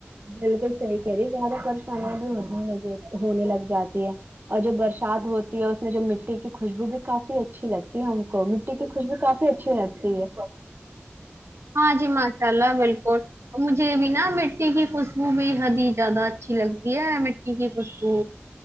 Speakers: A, on the right (about 45°); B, on the right (about 80°).
A: بالکل صحیح کہہ رہی زیادہ پریشانیاں بھی ہونے لگی ہونے لگ جاتی ہے اور جب برشات ہوتی ہے اس میں جب مٹی کی خوشبو بھی کافی اچھی لگتی ہے ہم کو مٹی کی خوشبو کافی اچھی لگتی ہے
B: ہاں جی ماشاء اللہ بالکل مجھے بھی نا مٹی کی خوشبو بھی بےحد ہی زیادہ اچھی لگتی ہے مٹی کی خوشبو